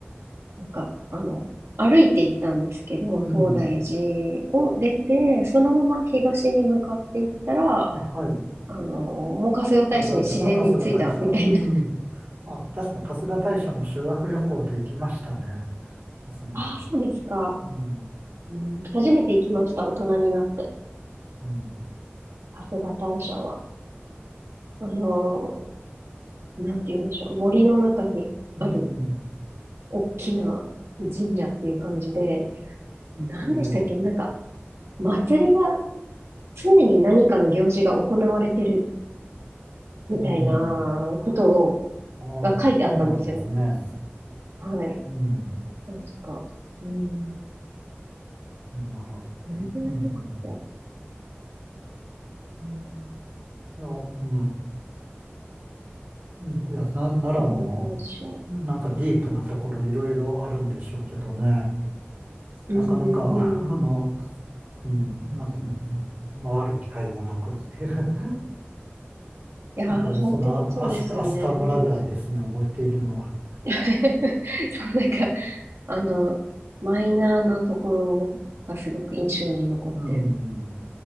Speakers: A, on the right (about 80°); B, on the right (about 50°).
A: なんか、あの、歩いて行ったんですけど、
B: うん。
A: 東大寺を出て、そのまま東に向かって行ったら、
B: あ、はい。
A: あの、もう春日大社に自然に着いたみたいな。
B: 春日大、あ、春日大社、うん。
A: <laughs>
B: あ、確か春日大社も修学旅行で行きましたね。そうね。
A: ああ、そうですか。
B: うん、
A: うん、初めて行きました、大人になって。
B: うん、
A: 春日大社は。あのなんて言うんでしょう。森の中にある
B: うん、
A: 大きな神社っていう感じで、何でしたっけなんか、
B: ええ、
A: 祭りが常に何かの行事が行われてるみたいなことを、
B: うん。ああ、
A: が書いてあったんですよ。
B: そうなんですね。
A: はい。
B: うん。
A: 確か。うん。
B: なら、
A: どれぐらいの数だった
B: うん。
A: うん。
B: いや、うん。いや、な、奈良も、
A: 被害対象。
B: なんかディープなところいろいろあるんでしょうけどね。
A: うんうんうん。
B: なかなか、あの、
A: い
B: うん、なんか、うん回る機会もなくっていう。<laughs>
A: やー、
B: なんか、
A: 本当そうですよね。
B: その、アスカアスカ村ぐらいですね、覚えているのは。
A: <laughs> そう、なんか、あの、マイナーなところがすごく印象に残ってる
B: うん。